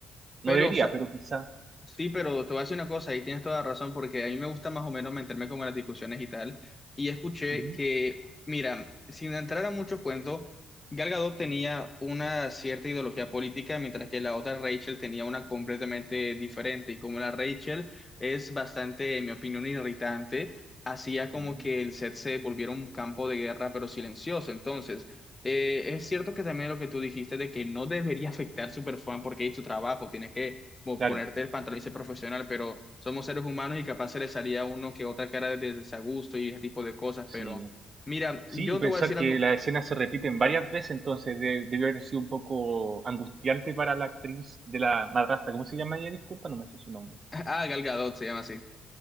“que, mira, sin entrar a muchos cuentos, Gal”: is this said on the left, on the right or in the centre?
Left